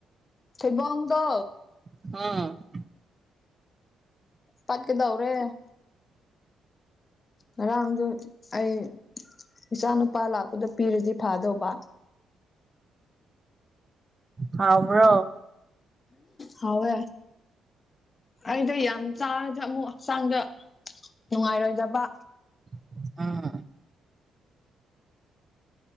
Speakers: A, on the left (about 35°); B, on the right (about 25°).
A: ꯊꯩꯕꯣꯡꯗꯣ
B: <unintelligible>
A: ꯄꯥꯠꯀꯗꯧꯔꯦ ꯉꯔꯥꯡꯗꯨ ꯑꯩ ꯏꯆꯥ ꯅꯨꯨꯄꯥ ꯂꯥꯛꯄꯗ ꯄꯤꯔꯗꯤ ꯐꯥꯗꯧꯕ
B: ꯍꯥꯎꯕ꯭ꯔꯣ
A: ꯍꯥꯎꯋꯦ ꯑꯩꯗꯣ ꯌꯥꯝ ꯆꯥꯔꯗꯤ ꯑꯃꯨꯛ ꯍꯛꯆꯥꯡꯗ ꯅꯨꯡꯉꯥꯏꯔꯣꯏꯗꯕ
B: <unintelligible>